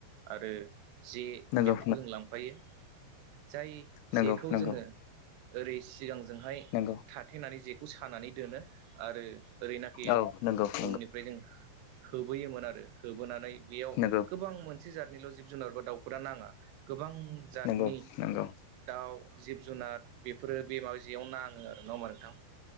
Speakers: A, on the right; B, on the left.
A: आरो जे
B: नंगौ
A: बेफोरखौ
B: नंगौ
A: जों लांफायो जाय
B: नंगौ
A: जेखौ
B: नंगौ
A: जोङो ओरै सिगांजोंहाय
B: नंगौ
A: थाथेनानै जेखौ सानानै दोनो आरो ओरैनाखि
B: औ नंगौ नंगौ
A: उननिफ्राय जों होबोयोमोन आरो होबोनानै बेयाव
B: नंगौ
A: गोबां मोनसे जतनिल' जिब जुनारबो दाउफोरा नाङा गोबां जातनि
B: नंगौ नंगौ
A: दाउ जिब जुनार बेफोरो बे माबा जेयाव नाङो आरो ना होमबा नोंथां